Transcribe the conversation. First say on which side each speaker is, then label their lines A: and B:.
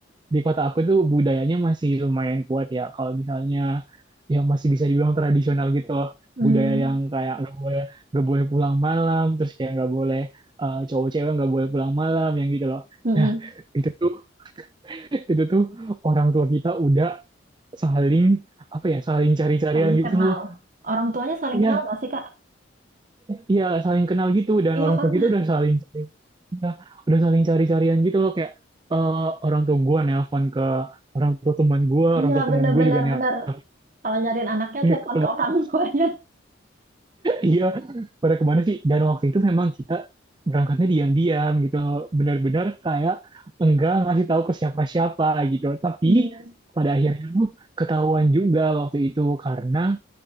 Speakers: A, on the right; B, on the right.
A: di kota aku tuh budayanya masih lumayan kuat ya kalau misalnya ya masih bisa dibilang tradisional gitu loh
B: Hmm.
A: budaya yang kayak nggak boleh nggak boleh pulang malam terus kayak nggak boleh eh, cowok cewek nggak boleh pulang malam yang gitu loh
B: Mm-mm.
A: nah itu tuh itu tuh orang tua kita udah saling apa ya saling cari-carian
B: Saling
A: gitu
B: kenal.
A: loh
B: Orang tuanya saling
A: ya
B: kenal nggak sih, Kak?
A: ya saling kenal gitu dan
B: Iya
A: orang
B: kan?
A: tua kita udah saling cari ya, udah saling cari-carian gitu loh kayak eh, orang tua gua nelpon ke orang tua teman gue
B: Iya,
A: orang tua teman
B: bener-bener.
A: gue juga
B: Bener.
A: nelpon
B: bener, bener. Kalau nyariin anaknya,
A: ke
B: telepon
A: temannya
B: ke orang <laughs> tuanya.
A: iya pada kemana sih dan waktu itu memang kita berangkatnya diam-diam gitu benar-benar kayak enggak ngasih tahu ke siapa-siapa gitu tapi
B: Hmm.
A: pada akhirnya tuh ketahuan juga waktu itu karena